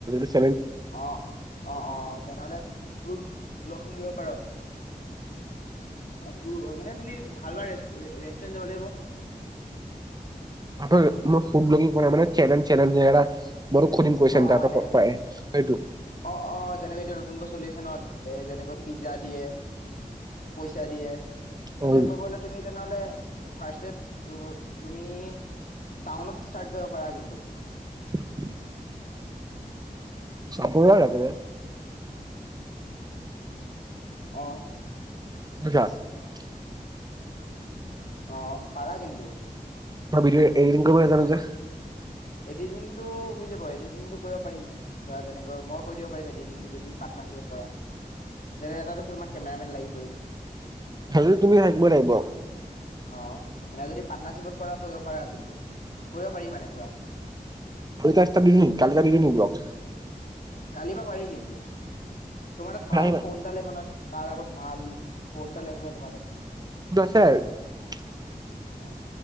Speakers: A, on the right; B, on the left.
A: <unintelligible>
B: অ, অ অ তেনেহ'লে। ফ্রুট ব্লকিং কৰিব পাৰ। অ' ফ্ৰু মানে তুমি ভাল ভাল, ৰেষ্টুৰেণ্ট যাব লাগিব।
A: আক মোক ফুড ব্লগিং কৰা মানে চেলেন চেলেন <unintelligible>
B: অ মানে
A: সেইটো।
B: অ' অ' তেনেকৈ এতিয়া নতুনকৈ চলি আছে ন, এ যেনেকৈ পিজ্জা দিয়ে। পইচা দিয়ে,
A: অ'
B: সেইতে কৰিব হলে তুমি তেনেহলে। ফাৰ্ষ্টতে তুমি টাউনত ষ্টাৰ্ট কৰিব পাৰা কিন্তু।
A: <inaudible> চাপৰাৰ লাগিব।।
B: অঁ।
A: <unintelligible>
B: অ, পাৰা কিন্তু।
A: ভাবিলোৱে। এডিটিং কৰিব নাজানো যে।
B: এডিটিংটো হৈ যাব এডিটিংটো কৰিব পাৰিম, ধৰা যেনেকৈ মই কৈ দিব পাৰিম এডিটিংটো যদি পাৰ্টনাৰশ্বিপত কৰা, যেনে এটা তোমাৰ কেমেৰামেন লাগিবই।
A: সেইটোত তুমি থাকিব লাগিব।
B: অ'এনে যদি পাৰ্টনাৰশ্বিপত পৰা কৰিব পাৰা কিন্তু। কৰিব পাৰি মানে ধৰা।
A: <unintelligible>
B: কালিৰ পা পাৰি কিন্তু। তোমাৰ তাত ভাল
A: নাই
B: ফোন এটা লাগিব নহয়। তাৰ আগত ভাল ফোন এটা লাগিব নহয় তোমাৰ তাত।
A: <unintelligible>
B: অ'।